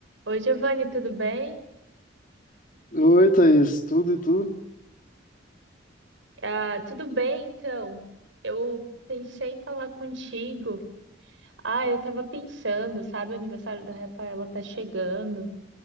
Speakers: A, on the right; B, on the left.
A: Oi, Giovanni, tudo bem?
B: Oi, Thaís, tudo e tu?
A: Ah, tudo bem, então. Eu pensei em falar contigo. Ah, eu tava pensando, sabe, o aniversário da Rafaela tá chegando